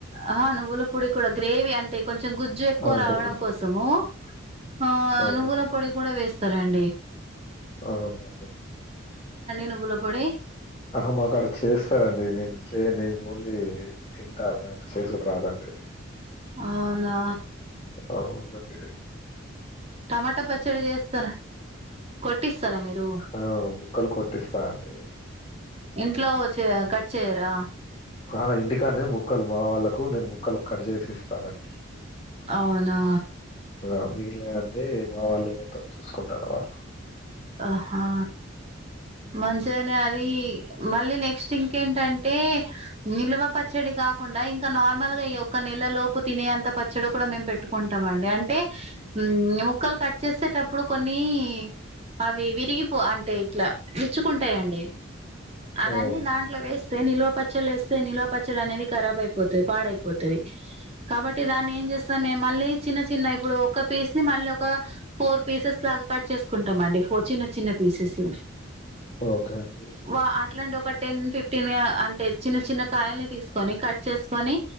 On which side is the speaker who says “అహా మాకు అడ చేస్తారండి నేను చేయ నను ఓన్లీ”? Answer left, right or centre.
Left